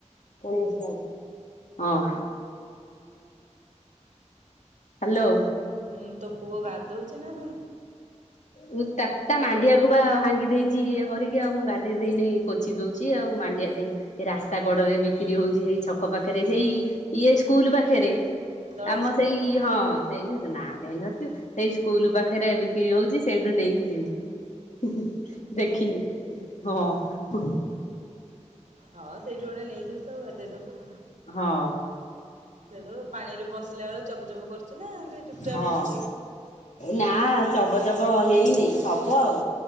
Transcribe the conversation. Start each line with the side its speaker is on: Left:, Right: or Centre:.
Left: ହଁ। ହ୍ୟାଲୋ।
Right: ହୁଁ ତୋ ପୁଅ ଗାଧଉଚି ନା ନାଇଁ?
Left: ମୁଁ ତା ତା ମାଣ୍ଡିଆକୁ ବା ଭାଙ୍ଗି ଦେଇଚି ଇଏ କରିକି ଆଉ ମୁଁ ଗାଧୋଇ ଦେଇ ନେଇ ପୋଛି ଦେଉଚି ଆଉ ମାଣ୍ଡିଆ ଦେଇ ଏ ରାସ୍ତା କଡରେ ବିକ୍ରି ହଉଚି ସେଇ ଛକ ପାଖରେ ସେଇ ଇଏ ସ୍କୁଲ ପାଖରେ
Right: ଦଳାସ
Left: ଆମ
Right: ପୁଅ?
Left: ସେଇ ହଁ ସେଇ ନାଁ କାହିଁ ଧରଚୁ ସେଇ ସ୍କୁଲ ପାଖରେ ବି କ୍ରି ହୋଉଚି ସେଇଠୁ ନେଇକି ଯିବି ଦେଖିନି ହଁ।
Right: ହଁ ସେଇଠୁ ଗୋଟେ ନେଇଯିବୁ ତାକୁ ଗାଧେଇ ଦବୁ।
Left: ହଁ।
Right: ସେଇ ଦବୁ ପାଣି ରେ ବସିଲା ବେଳୁ ଚବ ଚବ କରୁଚି ନା ଏମିତି ଚୁପଚାପ୍
Left: ହଁ।
Right: ବସୁଚି?
Left: ନା ଚବ ଚବ ହେଇନି ହବ ଆଉ।